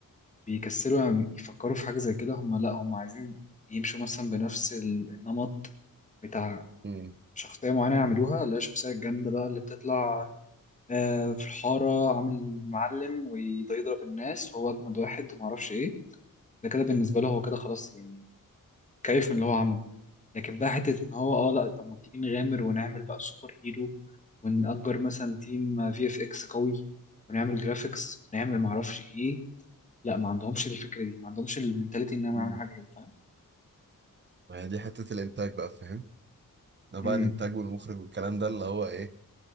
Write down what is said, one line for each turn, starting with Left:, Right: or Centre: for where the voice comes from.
Left: بيكسلوا يعني يفكروا في حاجه زي كده هم لا هم عايزين يمشوا مثلا بنفس ال- النمط بتاع
Right: مم.
Left: شخصيه معينه يعملوها لا شخصيه جامده بقى اللي بتطلع آه، في الحارة عامل معلم وده يضرب الناس وهو أجمد واحد ومعرفش إيه ده كده بالنسبة له هو كده خلاص يعني كيف من اللي هو عمله لكن بقى حتة إن هو آه لأ طب ما تيجي نغامر ونعمل بقى سوبر هيرو ونأجر مثلا تيم في اف إكس قوي ونعمل جرافيكس ونعمل معرفش إيه لأ ما عندهمش الفكرة دي ما عندهمش المنتاليتي إنهم
Right: مم.
Left: يعملوا حاجة كده فاهم؟
Right: ما هي دي حتة الانتاج بقى فاهم ده بقى
Left: امم
Right: الانتاج والمخرج والكلام ده اللي هو ايه